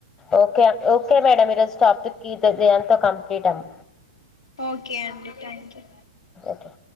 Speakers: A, on the left (about 25°); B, on the left (about 75°).
A: ఓకే అన్ ఓకే మేడం. ఈరోజు స్టాప్ట్కి దయంతో కంప్లీట్ అమ్మ.
B: ఓకే అండి, థ్యాంక్ యూ.
A: ఓకే